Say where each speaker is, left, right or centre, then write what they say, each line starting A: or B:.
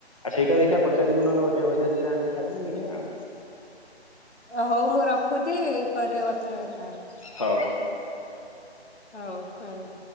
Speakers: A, on the left; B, on the left.
A: ସେଇଟା ଦେଖିବା ପଚାରିବୁ ନହନେ ବଟିକା ଫଟିକା ଦିଟା ଆଣିକି ଖାଇବି ଦେଖିଆ ଆଉ।
B: ହଉ ମୁଁ ରଖୁଛି କରିବା କଥର କଥାହେବା।
A: ହଉ।
B: ହଉ କର।